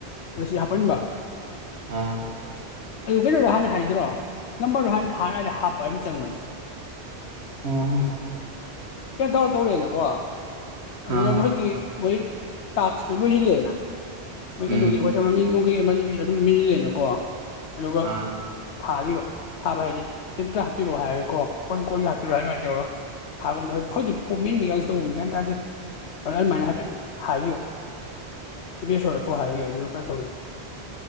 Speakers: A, on the left (about 85°); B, on the right (about 80°).
A: ꯑꯩ ꯍꯥꯄꯟꯕ
B: ꯑꯥ
A: ꯑꯗꯨ ꯀꯩꯅꯣꯗꯣ ꯍꯥꯟꯅ ꯍꯥꯏꯗ꯭ꯔꯣ ꯅꯝꯕꯔꯗꯣ ꯍꯥꯟ ꯊꯥꯔꯗ ꯍꯥꯞꯄ ꯑꯗꯨꯝ ꯆꯪꯕꯅꯤ
B: ꯑ
A: ꯀꯦꯗꯥꯎꯔ ꯇꯧꯔꯛꯦꯅꯀꯣ ꯑꯗꯨꯒ
B: ꯑꯥ
A: ꯃꯈꯣꯏꯒꯤ ꯃꯣꯏ ꯇꯥꯛꯁꯇꯨ ꯂꯣꯏꯁꯤꯜꯂꯦꯅ ꯃꯣꯏ
B: ꯎꯝ
A: ꯀꯩꯅꯣꯒꯤ ꯑꯩꯣꯏꯁ ꯃꯃꯤꯡꯅꯨꯡ ꯀꯩ ꯑꯃꯒꯤ ꯃꯤ ꯑꯗꯨꯝ ꯃꯤꯁꯤꯂꯦꯅꯀꯣ ꯑꯗꯨꯒ
B: ꯑꯥ
A: ꯊꯥꯈꯤꯕ ꯊꯥꯕ ꯍꯥꯏꯗꯤ ꯍꯝꯇ ꯍꯥꯞꯄꯤꯔꯛꯑꯣ ꯍꯥꯏꯔꯦꯀꯣ ꯐꯣꯟ ꯀꯣꯟꯜꯒ ꯍꯥꯄꯤꯔꯑꯣ ꯍꯥꯏ ꯑꯗꯨꯃꯥꯏꯅ ꯇꯧꯔꯒ ꯊꯥꯕꯝꯗꯣꯏ ꯍꯧꯖꯤꯛ ꯐ ꯃꯦꯟ ꯃꯤꯒꯁꯨ ꯇꯧꯕꯝꯃꯤ ꯀꯥꯏꯅ ꯇꯥꯗꯦ ꯑꯗꯨ ꯃꯅꯤ ꯍꯥꯏ ꯍꯥꯏꯌꯣ ꯕꯤꯁꯣꯔꯠꯇꯣ ꯍꯥꯏꯒꯦ ꯑꯗꯨꯅ ꯀꯥꯏ ꯐ